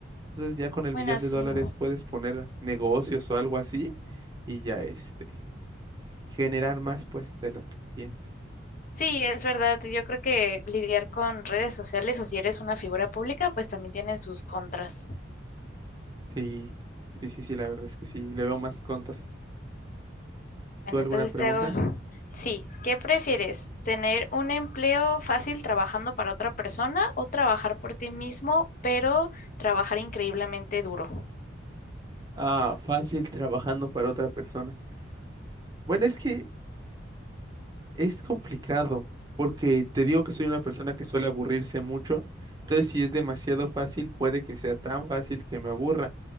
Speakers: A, on the right; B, on the left.
A: Entonces ya con el
B: Bueno,
A: millón
B: sí.
A: de dólares puedes poner negocios o algo así y ya este generar más, pues, de lo que tienes.
B: Sí, es verdad. Yo creo que lidiar con redes sociales o si eres una figura pública, pues también tiene sus contras.
A: Sí, sí, sí, sí, la verdad es que sí, le veo más contras.
B: Bueno,
A: ¿Tú alguna
B: entonces
A: pregunta?
B: te hago... Sí, ¿qué prefieres? ¿Tener un empleo fácil trabajando para otra persona o trabajar por ti mismo, pero trabajar increíblemente duro?
A: Ah, fácil trabajando para otra persona. Bueno, es que es complicado, porque te digo que soy una persona que suele aburrirse mucho, entonces si es demasiado fácil, puede que sea tan fácil que me aburra,